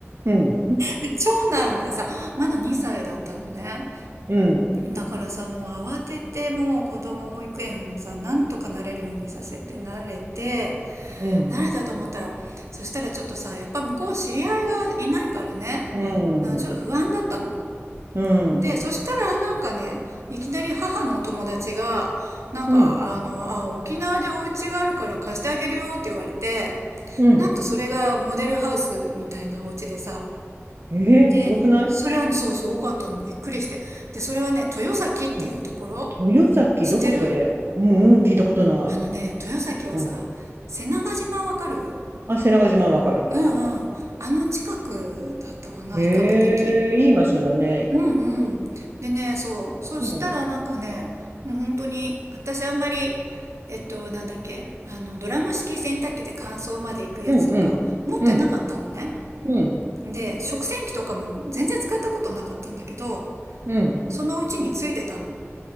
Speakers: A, on the right (about 55°); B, on the right (about 80°).
A: うん。
B: で、長男がさ、まだ2歳だったのね。
A: うん。
B: だからさ、もう慌てて、もう子供保育園をさ、なんとかなれるようにさせて慣れて、
A: うん。
B: 慣れたと思ったら、そしたらちょっとさ、やっぱ向こう知り合いがいないからね、
A: うん。
B: なんかちょっと不安だったの。
A: うん。
B: で、そしたらなんかね、いきなり母のお友達が、なんか、
A: うん。
B: あの、あ、沖縄でお家があるから貸してあげるよって言われて、
A: うん。
B: なんとそれがモデルハウスみたいなお家でさ、
A: ええ、
B: で、
A: すごくない？
B: それはね、そう、すごかったの。びっくりして。で、それはね、豊崎っていうところ
A: うん。豊崎、
B: 知ってる
A: どこそれ？うんうん、聞いたことない。
B: あのね、豊崎はさ、
A: うん。
B: 瀬長島わかる
A: あ、瀬長島わかる。
B: うんうん。あの近くだったかな、
A: へえ、
B: 比較的。
A: いい場所だね。
B: うんうん。でね、そう。そしたらなんかね、
A: うん。
B: もう本当に、私あんまり、えっと、なんだっけあの、ドラム式洗濯機で乾燥まで行くやつとか、
A: うんうん。
B: 持ってなかったのね。
A: うん。うん。
B: で、食洗機とかも全然使ったことなかったんだけど、
A: うん。
B: そのうちについてたの。